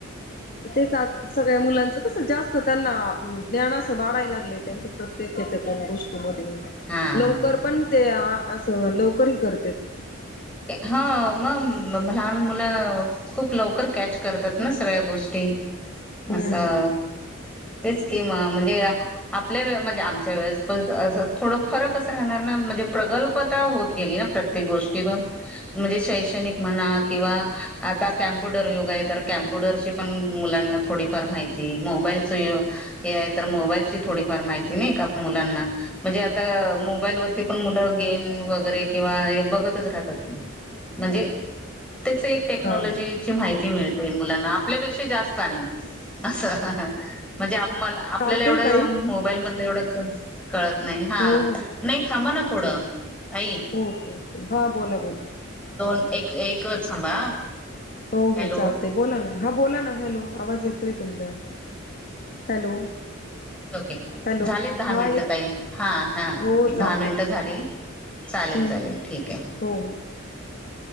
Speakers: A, on the left (about 45°); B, in the centre.
A: तेच आ सगळ्या मुलांचं कसं जास्त त्यांना ज्ञान अस वाढाय लागलंय त्यांच प्रत्येक हेच्यातून गोष्टी मधून
B: हा
A: लवकर पण ते असं लवकर हे करतेत.
B: हा म म लहान मुलं खूप लवकर कॅच करतात ना सगळ्या गोष्टी
A: हम्म
B: असं तेच कि मगं म्हणजे आपल्या वे म्हणजे आमच्या वेळेस असं थोड फरकच राहणार ना म्हणजे प्रगल्प आता होत गेली ना प्रत्येक गोष्टीतून म्हणजे शैक्षणिक म्हणा किंवा आता कॅम म्पुटर युग आहे तर कॅम्प्युटरची पण मुलांना थोडीफार माहिती मोबाईलच य हे आहे तर मोबाईलची थोडीफार माहिती नाही का मुलांना म्हणजे आता मोबाईल वरती पण मुलं गेम वगैरे किंव्हा हे बघतच राहतात की म्हणजे तेच एक टेक्नॉलॉजीची
A: हा
B: माहिती मिळ ते मुलांना आपल्यापेक्षा जास्त आणि असं म्हणजे आपमला आपल्याला
A: चालतय
B: एवढं
A: ताई
B: मोबाईल मधलं एवढं क कळत नाही हा
A: हो हो
B: नाही थांब ना थोडं
A: चालत
B: ताई
A: ओके ओके हा बोला बोला
B: दोन एक एकच थांबा
A: हो
B: हॅलो
A: हो चालतय बोला ना हा बोला ना हॅलो आवाज येतोय तुमचा हॅलो
B: ओके ओके
A: हॅलो
B: झालेत दहा
A: हा
B: मिनिटं
A: येत
B: ताई हा हा दहा
A: हो चालते
B: मिनिटं झाली चालेल
A: हम्म
B: चालेल ठीक आहे.
A: हो हो